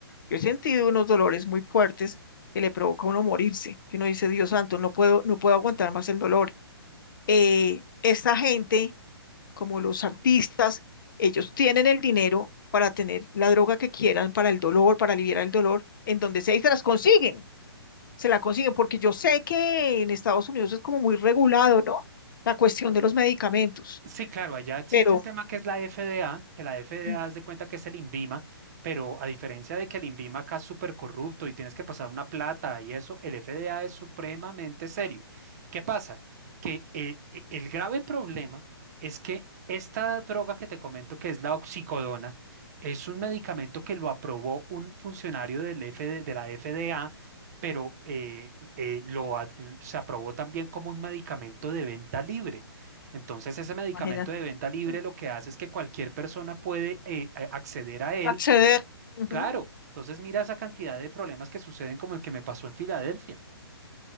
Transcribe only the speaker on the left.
Yo he sentido unos dolores muy fuertes que le provoca a uno morirse, que uno dice, Dios santo, no puedo, no puedo aguantar más el dolor. Eh, esta gente como los artistas, ellos tienen el dinero para tener la droga que quieran, para el dolor, para aliviar el dolor, en donde sea y se las consiguen, se la consiguen, porque yo sé que en Estados Unidos es como muy regulado, ¿no? La cuestión de los medicamentos,
pero
<clears throat>
imagina,
mm,
acceder. ujú,